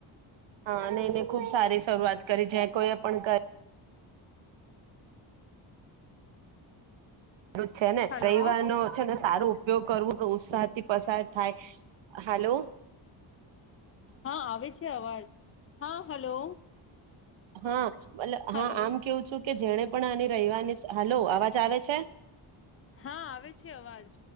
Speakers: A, on the right; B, on the left.
A: હા અને એને ખુબ સારી શરૂઆત કરી જે કોઈએ પણ કરી. <unintelligible> છે ને
B: હલો
A: રઈવારનો છે ને સારો ઉપયોગ કરવો અને ઉત્સાહ થી પસાર થાય હલો.
B: હા આવે છે અવાજ. હા હલો.
A: હા. મતલ હા
B: હલો
A: આમ કેવું છું કે જેને પણ આની રઈવારની, સ હલો અવાજ આવે છે?
B: હા, આવે છે અવાજ.